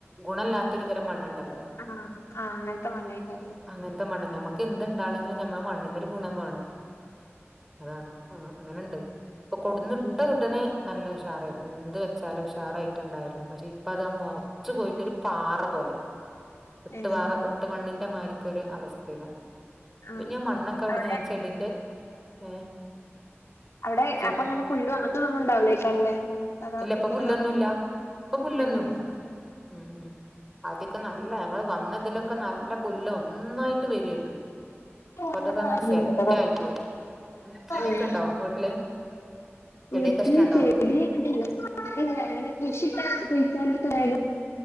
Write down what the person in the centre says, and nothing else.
ഗുണല്ലാത്തൊരു തരം മണ്ണുണ്ടല്ലോ
അങ്ങനത്തെ മണ്ണ് ഞമ്മക്ക് എന്തുണ്ടാകണെങ്കിലും ഞമ്മളെ മണ്ണിനൊരു ഗുണം വേണം ആഹ് ആഹ് അങ്ങനുണ്ട് അപ്പൊ കൊടുന്നിട്ട
ഉടനെ നല്ല ഉഷാർ ആയിരുന്നു എന്ത് വെച്ചാലും ഉഷാർ ആയിട്ടുണ്ടായിരുന്നു പക്ഷെ ഇപ്പ അതങ്ങ് ഉറച്ചു പോയിട്ടൊരു പാറ പോലെ ഒട്ടുപാറ
ഒട്ടുമണ്ണിന്റെ മാരിക്കൊരു അവസ്ഥയിലാണ് ഇപ്പ
ഞാൻ മണ്ണൊക്കെ അവിടന്ന്
ഞാൻ ചെടിന്റെ ഏഹ്
ചെടി
ഇപ്പൊ
പുല്ലൊന്നുല്ല
ഇപ്പ പുല്ലൊന്നും
ഇല്ല ഉം ഉം ആദ്യൊക്കെ നല്ല ഞങ്ങൾ വന്നതിലൊക്കെ നല്ല പുല്ല് ഒന്നായിട്ട് വരുവായിരുന്നു അപ്പഴുതേക്ക്
അങ്ങോട്ട് സെറ്റ് ആയി പോയി നിങ്ങക്ക് ചെടിയൊക്കെ
ഉണ്ടോ വീട്ടില് ചെടിയൊക്കെ
ഇഷ്ടണ്ടോ